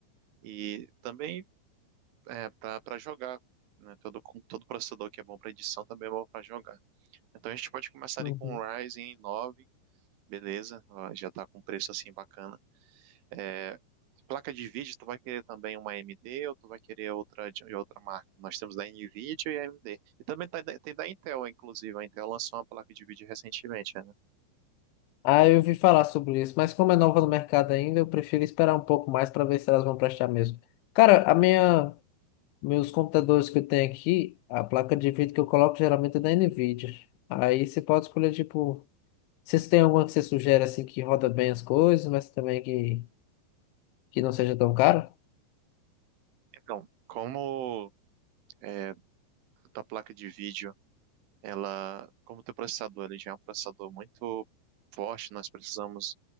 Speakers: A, on the right (about 85°); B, on the left (about 80°).
A: e também é, para jogar. Né? Todo, com- todo processador que é bom para edição também é bom para jogar. Então a gente pode começar
B: Uhum.
A: ali com o Ryzen 9, beleza? Ó, Já está com um preço assim bacana. É, Placa de vídeo, tu vai querer também uma AMD ou tu vai querer outra de de outra marca? Nós temos da Nvidia e AMD. E também tá da- tem da Intel, inclusive. A Intel lançou uma placa de vídeo recentemente, né?
B: Ah, eu ouvi falar sobre isso, mas como é nova no mercado ainda, eu prefiro esperar um pouco mais para ver se elas vão prestar mesmo. Cara, a minha, meus computadores que eu tenho aqui, a placa de vídeo que eu coloco geralmente é da Nvidia. Aí você pode escolher, tipo, se tem alguma que você sugere assim que roda bem as coisas, mas também que, que não seja tão cara.
A: Então, como é, da placa de vídeo, ela, como o teu processador, ele já é um processador muito forte, nós precisamos